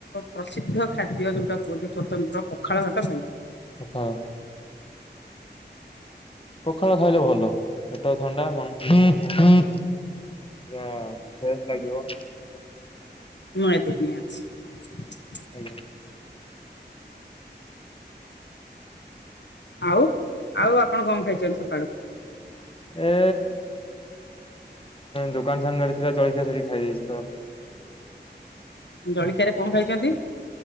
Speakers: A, on the left; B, on the left.
A: ପ୍ରସିଦ୍ଧ ଖାଦ୍ୟ ଯୋଉଟା କୁହନ୍ତି ସ୍ୱତନ୍ତ୍ର ପଖାଳ ଭାତ
B: ପଖାଳ ପଖାଳ ଖାଇଲେ ଭଲ ପେଟ ଥଣ୍ଡା ମନ ଫ୍ରେସ୍ ଲାଗିବ।
A: ମୁଁ ଏତିନି ଅଛି।
B: ଆଜ୍ଞା।
A: ଆଉ-ଆଉ ଆପଣ କଣ ଖାଇଛନ୍ତି ସକାଳୁ?
B: ଏ ଦୋକାନ ସାମ୍ନାରେ ଥିଲା ଜଳିଖିଆ ସେଠି ଖାଇଦେଇଛି ତ।
A: ଜଳଖିଆରେ କଣ ଖାଇଛନ୍ତି?